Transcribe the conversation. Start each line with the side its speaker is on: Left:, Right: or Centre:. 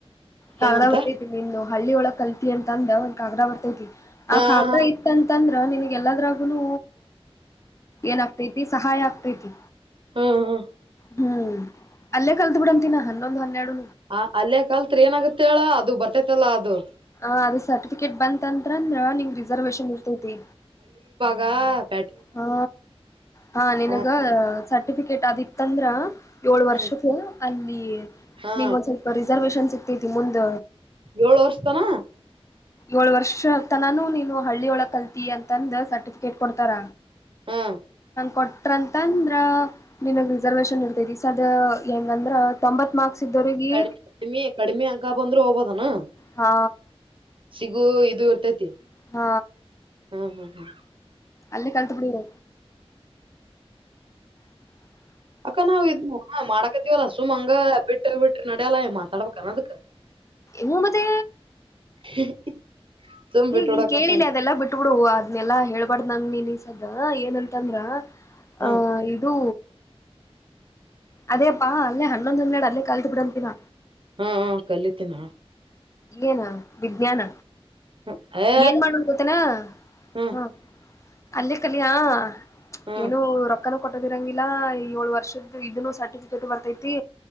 Left: ಕಾಗ
Right: ಏನಂತ
Left: ಹೊರ್ತೈತಿ ಇನ್ನು ಹಳ್ಳಿ ಒಳಗೆ ಕಲ್ ಅಂತ ಅಂದ್ರೆ ಒಂದ್ ಕಾಗ್ರ ಬರ್ತೈತಿ
Right: ಹಾ
Left: ಆ ಕಾಗ್ರ
Right: ಹಾ
Left: ಇತ್ತ ಅಂತಂದ್ರ ನಿನಗೆಲ್ಲದ್ರಾಗು ಏನಾಗಗ್ತೈತಿ ಸಹಾಯ ಆಗ್ತೈತಿ
Right: ಹ್ಮ ಹಾ
Left: ಹ್ಮ್ ಅಲ್ಲೇ ಕಲ್ತ್ ಬಿಡಂತಿನ ಹನ್ನೊಂದ್ ಹನ್ನೆರಡು
Right: ಹ ಅಲ್ಲೇ ಕಲ್ತ್ರ ಏನಾಗತ್ತೆ ಹೇಳ ಅದು ಬರ್ತೇತಲ್ಲಾ ಅದು
Left: ಅದ ಸರ್ಟಿಫಿಕೇಟ್ ಬಂತಂತಂದ್ರ ನಿ ರಿಸರ್ವೇಶನ್ ಇರ್ತೇತಿ
Right: ಗಾಪ್
Left: ಹಾ ಹಾ ನನ್ಗ
Right: ಹ
Left: ಸರ್ಟಿಫಿಕೇಟ್ ಅದಿತ್ತಂದ್ರ ಏಳ್ ವರ್ಷದ
Right: ಹ್ಮ್
Left: ಅಲ್ಲಿ
Right: ಹಾ
Left: ನಿಮಂಗ ಒಂದ್ ಸ್ವಲ್ಪ ರಿಸರ್ವೇೇಶನ್ ಸಿಗ್ತೈತಿ ಮುಂದ್
Right: ಏಳು ವರ್ಷತನ
Left: ಏಳ ವರ್ಷ ತನಾನೂ ನೀನು ಹಳ್ಳಿ ಒಳ ಕಲ್ತಿ ಅಂತಂದ ಸರ್ಟಿಫಿಕೇಟ್ ಕೊಡ್ತಾರ
Right: ಹಾ
Left: ಕೊಟ್ರಂತ ಅಂದ್ರ ನಿಿನಗ್ ರಿಸರ್ವೇಶನ್ ಇರ್ತೈತಿ ಸ ಅದ ಹೆಂಗಂದ್ರ ತೊಂಬತ್ ಮಾರ್ಕ್ಸ್ ಇದ್ದವ್ರಗಿ
Right: ಕಡಿಮ ಕಡಿಮೆ ಅಂಕ ಬಂದ್ರರು ಹೋಗಬೋದನಾ
Left: ಹಾ
Right: ಸಿಗು ಇ ಇರ್ತೈತಿ
Left: ಹ್ಮ
Right: ಹಾ ಹಾ ಹಾ
Left: ಅಲ್ಲೇ ಕಲ್ತ್ ಬಿಡಿರ ಹ
Right: ಅಕ್ಕ ನಾವ್ ಇದ ಮಾಡಾಕತಿವಲ್ಲ ಸುಮ್ ಹಂಗ ಬಿಟ್ಟ ಬಿಟ್ರಿ ನಡ್ಯಲ್ಲ ಮಾತಾಡ್ಬೇಕನ್ನದಕ್ಕ
Left: ಮೂ ಮತ್ತೆ
Right: <inaudible> ಸುಮ್
Left: ಹೇಗ್
Right: ಬಿಟ್ಟ ಬಿಡಕಂತ
Left: ಇಲ್ ಕೇಳಿಲ್ಲ
Right: ಮಾಡಿದ
Left: ಅದೆಲ್ಲಾ ಬಿಟ್ಬಿಡು ಅದ್ನೆಲ್ಲಾ ಹೇಳ್ಬಾರ್ದ್ ನಂಗ ನೀನ್ಸದ ಏನಂತಂದ್ರ
Right: ಹ್ಮ್
Left: ಅಹ ಇದು ಅದೇಪ್ಪಾ ಅಲ್ಲೇ ಹನ್ನೊಂದ್ ಹನ್ನೆಡು ನ ಕತ ಬಿಡಂತಿನ
Right: ಹ್ಮ ಹ್ಮ ಕಲಿತೀನ
Left: ಏನ ವಿಜ್ಞಾನ
Right: ಹ್ಮ್ ಏ
Left: <inaudible> ಏನ್ ಮಾಡೋನ್ ಗೊತ್ತನಾ <inaudible>
Right: ಹ್ಮ್
Left: ಹಾ ಅಲ್ಲಿ ಕಲಿಯಾ <inaudible>
Right: ಹ್ಮ್
Left: ಏನು ರೊಕ್ಕನ ಕೊಟ್ಟೋದಿರಂಗಿಲ್ಲ ಈ ಏಳು ವರ್ಷದ ಇದನ್ನುನು ಸರ್ಟಿಫಿಕೇಟ್ು ಬರ್ತೈತಿ